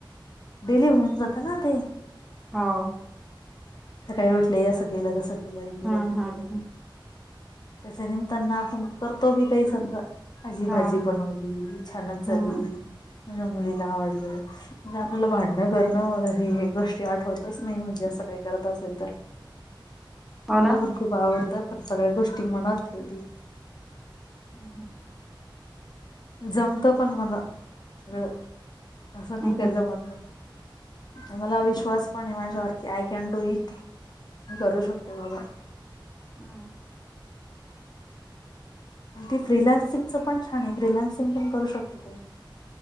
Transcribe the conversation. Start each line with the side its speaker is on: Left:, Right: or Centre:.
Left: डिले होऊन जात ना ते.
Centre: हो.
Left: सकाळी उठले असं केलं, तसं केलं हे केलं
Centre: हम्म
Left: ते
Centre: हम्म
Left: केलं.
Centre: हम्म.
Left: तेच्या निमताना आपण करतो, बी काही समजा. आजी
Centre: हो
Left: भाजी बनवली,
Centre: ना.
Left: छानच झाली.
Centre: हम्म हम्म हम्म.
Left: माझ्या मुलीला आवडलं म्हणजे, आपल्याला
Centre: हा.
Left: भांडण. करणं वगैरे हे गोष्टी आठवतच नाही, म्हणजे असं काही करत असेल तर.
Centre: हो
Left: मला
Centre: ना
Left: पण खूप आवडतं पण, सगळ्या गोष्टी मनात ठेवली.
Centre: हम हम.
Left: जमतं पण मला सगळं. असं नाही
Centre: हम्म
Left: का,
Centre: हम्म.
Left: जमत नाही मला अ विश्वास. पण माझ्यावरती आय कॅन डू इट, मी करू शकते बाबा.
Centre: अं.
Left: ती फ्रिलान्सिंगच पण छान आहे, फ्रीलांन्सिंग पण करू शकते तू.